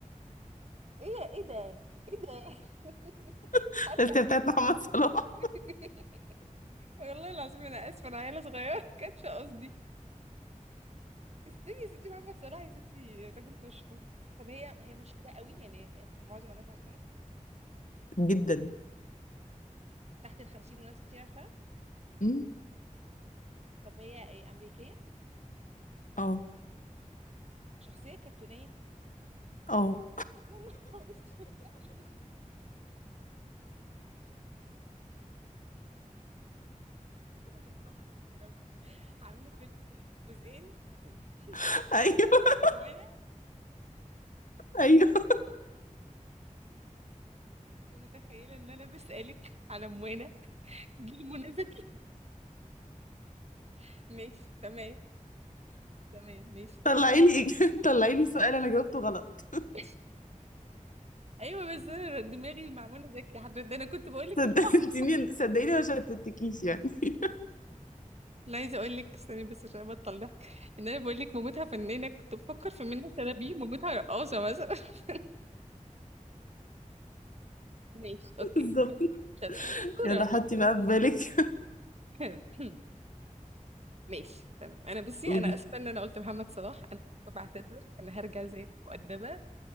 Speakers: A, on the right; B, on the left.
A: إيه إيه ده؟ إيه ده؟ <laughs>
B: <laughs>
A: عارفة
B: الأسئلة
A: إحساس-
B: بتاعت محمد صلاح
A: <laughs> والله العظيم انا اسفه انا عيله صغيره <laughs> كانش قصدي استني يا ستي محمد صلاح يا ستي راجل مشهور طب هي هي مشهوره قوي يعني معظم الناس عارفاها
B: جدا
A: تحت الخمسين وناس كتير عارفاها
B: امم
A: طب هي إيه، امريكيه
B: اه
A: شخصيه كرتونيه
B: اه
A: <laughs> يا نهار اسود بعيد. استغفر الله العظيم يا رب عاملة فيلم جزئين <laughs> <clears throat>
B: <laughs> أيوه
A: موانا
B: أيوه
A: انت متخيلة ان انا بسألك على موانا جيل منى زكي <laughs> ماشي تمام تمام ماشي
B: طلعي لي <laughs> إج- طلعي لي سؤال أنا جاوبته غلط
A: <laughs> ايوه بس انا دماغي مع منى زكي حضرتك ده انا كنت بقول لكم
B: صدقتيني
A: اه
B: صدقيني ما شتتكيش يعني
A: لا <laughs> عايزه اقول لك استني بس عشان ابطل ضحك ان انا بقول لك مامتها فنانه كنت بفكر في منى شلبي مامتها رقاصه مثلا <laughs> ماشي اوكي
B: <laughs> بالظبط
A: شاطره شطوره
B: يلا حطي بقى في بالك
A: <laughs> ماشي تمام انا بصي
B: <laughs> قولي
A: انا اسفه ان انا قلت محمد صلاح انا اسفه بعتذر انا هرجع زي المؤدبه